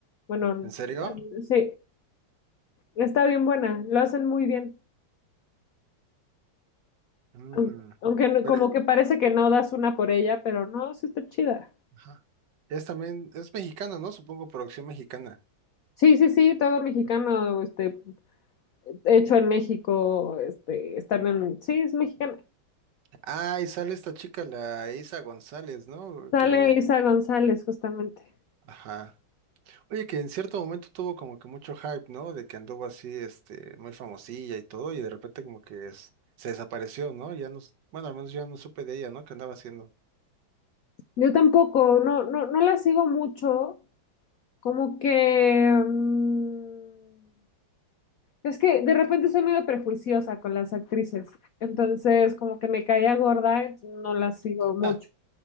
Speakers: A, on the left; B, on the right.
A: Bueno,
B: ¿En serio?
A: sí. Está bien buena, lo hacen muy bien.
B: Mm.
A: Aun- Aunque no-
B: Pero,
A: como que parece que no das una por ella, pero no, sí está chida.
B: ajá. Es también, es mexicana, ¿no? Supongo producción mexicana.
A: Sí, sí, sí, todo mexicano, este, hecho en México, este, están en, sí, es mexicana.
B: Ah, y sale esta chica, la Isa González, ¿no?
A: Sale
B: Que,
A: Isa González, justamente.
B: ajá. Oye, que en cierto momento tuvo como que mucho hype, ¿no? De que anduvo así, este, muy famosilla y todo, y de repente como que es- se desapareció, ¿no? Ya no, s- bueno, al menos ya no supe de ella, ¿no? ¿Qué andaba haciendo?
A: Yo tampoco, no, no, no la sigo mucho, como que mm, es que de repente soy medio prejuiciosa con las actrices, entonces como que me caía gorda, no la sigo mucho.
B: <laughs>